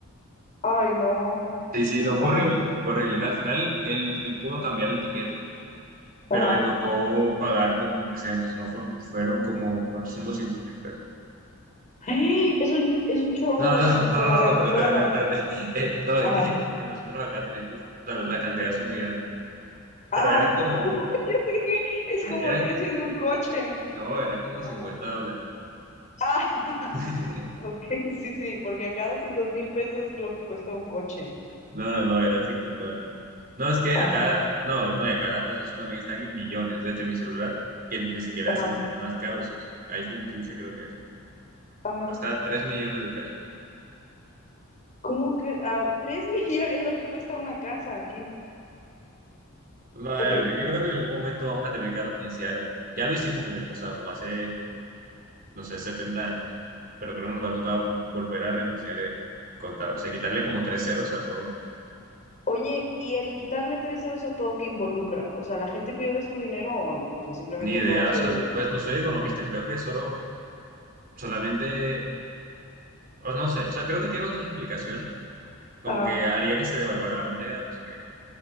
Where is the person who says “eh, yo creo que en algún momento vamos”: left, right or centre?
Right